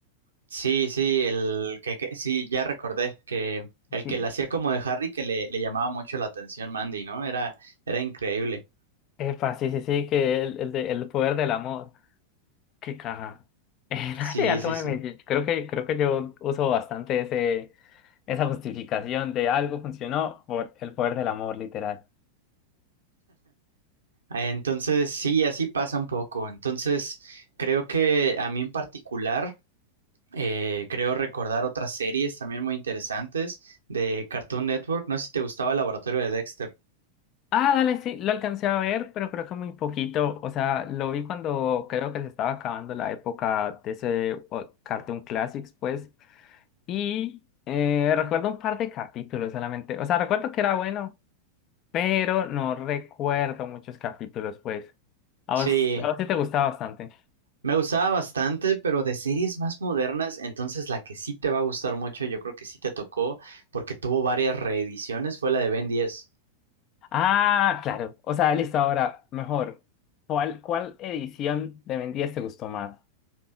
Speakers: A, on the right; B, on the left.
A: Sí, sí, el que, que- sí, ya recordé que el
B: sí,
A: que la hacía como de Harry que le, le llamaba mucho la atención Mandy, ¿no? Era, era increíble.
B: epa, sí, sí, sí, que el, el, de- el poder del amor. ¿Qué caja? <laughs> Eh, la
A: Sí,
B: de Alto
A: sí,
B: de
A: sí.
B: Medellín. Creo que, creo que yo uso bastante ese, esa justificación de algo funcionó por el poder del amor, literal.
A: Entonces, sí, así pasa un poco. Entonces, creo que a mí en particular. Eh, creo recordar otras series también muy interesantes de Cartoon Network. No sé si te gustaba el Laboratorio de Dexter.
B: Ah, dale, sí, lo alcancé a ver, pero creo que muy poquito. O sea, lo vi cuando creo que se estaba acabando la época de ese o- Cartoon Classics, pues. Y eh, recuerdo un par de capítulos solamente. O sea, recuerdo que era bueno, pero no recuerdo muchos capítulos, pues. A
A: Sí,
B: vos, a vos sí te gustaba bastante.
A: me gustaba bastante, pero de series más modernas, entonces la que sí te va a gustar mucho, yo creo que sí te tocó, porque tuvo varias reediciones, fue la de Ben 10.
B: Ah, claro. O sea, listo, ahora, mejor. ¿Cuál, cuál edición de Ben 10 te gustó más?